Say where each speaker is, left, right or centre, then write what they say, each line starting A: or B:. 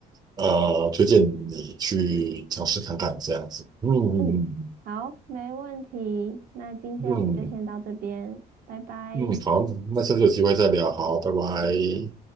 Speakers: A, on the right; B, on the right.
A: 呃，推荐你去尝试看看这样子。嗯嗯
B: 嗯，好，没问题。那今天我们就先到这边，
A: 嗯
B: 拜拜。
A: 嗯，好，那下次有机会再聊，好，拜拜。